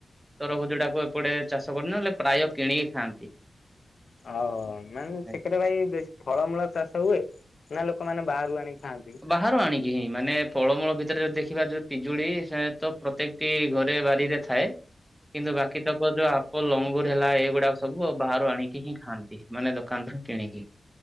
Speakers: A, in the centre; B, on the left.
A: ତର ଭୁଜ ଟାକୁ ଏପଟେ ଚାଷ କରିନହେଲେ ପ୍ରାୟ କିଣିକି ଖାଆନ୍ତି।
B: ଓ ମାନେ
A: ଆଜ୍ଞା।
B: ସେଥିରେ ଭାଇ ବେଶୀ ଫଳମୂଳ ଚାଷ ହୁଏ। ନା ଲୋକମାନେ ବାହାରୁ ଆଣିକି ଖାଆନ୍ତି।
A: ବାହାରୁ ଆଣିକି ହିଁ ମାନେ ଫଳମୂଳ ଭିତରେ ଯଦି ଦେଖିବା ଯଉ ପିଜୁଳି ସେ ପ୍ରତ୍ୟେକ ଟି ଘରେ ବାରିରେ ଥାଏ କିନ୍ତୁ ବାକି ଯୋଉ ଆପଲ ଅଙ୍ଗୁର ହେଲା ଏଇଗୁଡାକ ସବୁ ବାହାରୁ ଆଣିକି ହିଁ ଖାଆନ୍ତି ମାନେ ଦୋକାନରୁ ହିଁ କିଣିକି।